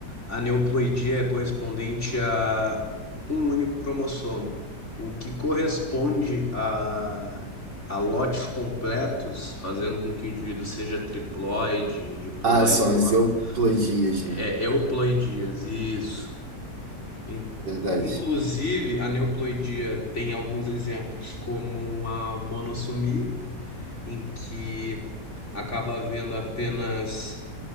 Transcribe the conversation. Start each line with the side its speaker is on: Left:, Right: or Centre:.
Left: A neoploidia é correspondente a um único cromossomo. O que corresponde a, a lotes completos, fazendo com que o indivíduo seja triploide, diploide
Right: ah, são
Left: ou
Right: as
Left: ap-
Right: euploidias,
Left: é,
Right: né?
Left: euploidias, isso. In-
Right: Verdade.
Left: Inclusive, a neoploidia tem alguns exemplos, como a monossomia em que acaba havendo apenas